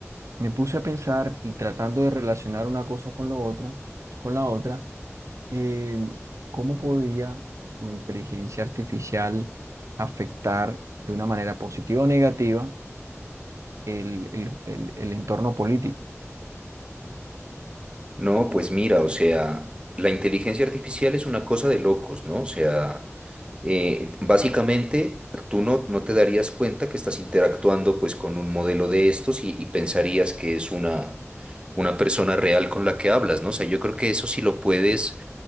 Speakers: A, on the right; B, on the right.
A: me puse a pensar y tratando de relacionar una cosa con lo otra, con la otra, eh, cómo podía la inteligencia artificial afectar de una manera positiva o negativa el, el- el- el entorno político.
B: no, pues mira, o sea, la inteligencia artificial es una cosa de locos, ¿no? O sea, eh, básicamente tú no, no te darías cuenta que estás interactuando pues con un modelo de estos y, y pensarías que es una, una persona real con la que hablas, ¿no? O sea, yo creo que eso sí lo puedes